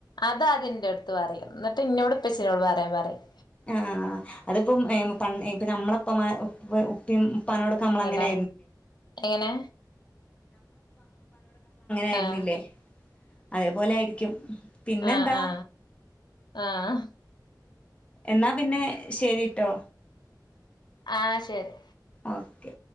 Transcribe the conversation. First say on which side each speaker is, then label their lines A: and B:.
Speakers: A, on the left; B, on the left.
A: അത് അതിന്റെ ട്ത്ത് പറയും എന്നിട്ട് എന്നോടും ഉപ്പച്ചി നോട് പറയാൻ പറയും
B: ആ അതിപ്പം നമ്മള് ഉപ്പിനോടു ഉപ്പി ഉപ്പാനോട് നമ്മൾ
A: ഹലോ
B: അങ്ങനെ
A: എങ്ങനെ
B: ആയിരിക്കും
A: ആഹ്
B: അല്ലേ അതേ പോലെ ആയിരിക്കും പിന്നെന്താ
A: ആഹ്ആ ആ ആ
B: എന്നാ പിന്നെ ശെരി കേട്ടോ
A: ആഹ്ആ ശരി
B: ഒക്കെ